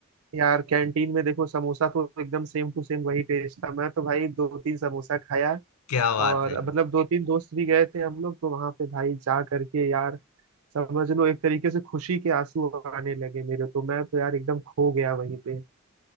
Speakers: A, on the right (about 80°); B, on the left (about 80°).
A: यार कैंटीन में देखो समोसा तो एकदम सेम टू सेम वही टेस्ट था मैं तो भाई दो तीन समोसा खाया
B: क्या बात
A: और
B: है
A: मतलब दो तीन दोस्त भी गए थे हम लोग तो वहां पे भाई जा करके यार समझ लो एक तरीके से खुशी के आंसू आने लगे मेरे तो मैं तो यार एकदम खो गया वहीं पे